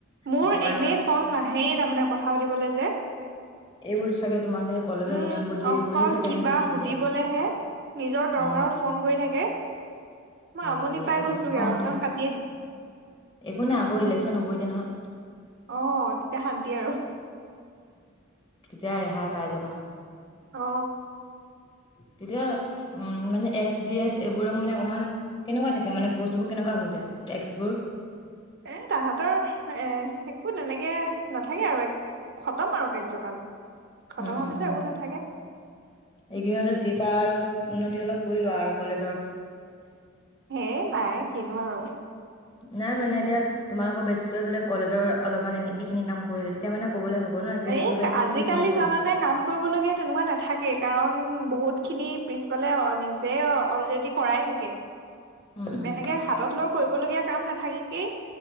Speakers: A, on the right; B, on the left.
A: মোৰ
B: অকমান
A: এনেই ফোন নাহেই তাৰমানে কথা পাতিবলৈ যে
B: এইবোৰ চাগে তোমাৰ চাগে কলেজৰ
A: উম
B: ইউনিয়ন বডি
A: অকল
B: এইবোৰেই চাগে
A: কিবা
B: আহি থাকে
A: সুধিবলেহে
B: এনি টাইম
A: নিজৰ দৰকাৰত
B: অ
A: ফোন কৰি থাকে মই
B: অ
A: আমনি
B: দিয়া
A: পাই
B: তেতিয়া
A: গৈছোগে
B: খং
A: আৰু
B: উঠে
A: সেইকাৰণে কাট-
B: একো নে আগৰ ইলেকশ্যন হ'ব এতিয়া নহয়
A: আহ তেতিয়া শান্তি আৰু
B: তেতিয়া ৰেহাই পাই যাবা
A: অ
B: তেতিয়া উম মানে এক্স জি এচ এইবোৰক মানে অকমান কেনেকুৱা থাকে মানে পষ্টবোৰ কেনেকুৱা হৈ যায় টেক্স বোৰ
A: এ তাহাঁতৰ এ একো তেনেকে নাথাকে আৰু এক খতম আৰু কাৰ্যকাল। খতম
B: উম
A: হোৱাৰ
B: উম
A: পিছত
B: উম
A: একো নাথাকে,
B: এইখিনিতে যি পাৰা আৰু উন্নতি অলপ কৰি লোৱা আৰু কলেজৰ
A: সেইয় নাই কিনো আৰু
B: নাই মানে এতিয়া তোমালোকৰ বেতছ টোৱে বোলে কলেজৰ অলপমান এইখিনি কাম কৰিলে তেতিয়া মানে ক'বলৈ হ'ব ন যে
A: এই
B: এইটো বেটছে
A: আজিকালি
B: কিন্তু এইখিনি কৰিছিল
A: জানানে কাম কৰিবলগীয়া তেনেকুৱা নাথাকেই। কাৰণ বহুত খিনি প্ৰিন্সিপালে নিজে অলৰেডি কৰাই থাকে
B: উম উম
A: এনেকে হাতত লৈ কৰিবলগীয়া কাম নাথাকিকেই